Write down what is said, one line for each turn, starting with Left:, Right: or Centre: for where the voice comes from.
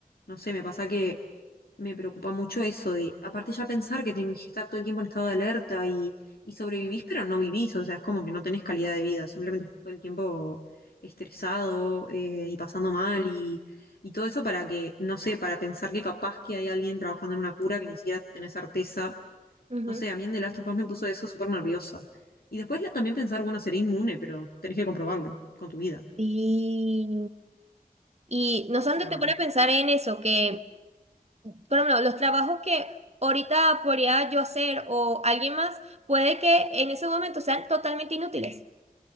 Left: no sé, me pasa que me preocupa mucho eso de, aparte ya pensar que tenés que estar todo el tiempo en estado de alerta y, y sobrevivís, pero no vivís, o sea, es como que no tenés calidad de vida, simplemente estás todo el tiempo estresado eh, y pasando mal y, y todo eso para que, no sé, para pensar que capaz que hay alguien trabajando en una cura que ni siquiera tenés certeza
Right: ujú.
Left: no sé, a mí en The Last of Us me puso eso súper nerviosa. Y después la- también pensar, bueno, seré inmune, pero tenés que comprobarlo con tu vida.
Right: Sí. Y no solamente
Left: O sea,
Right: te pone a pensar en eso, que, por ejemplo, los trabajos que ahorita podría yo hacer o alguien más, puede que en ese momento sean totalmente inútiles.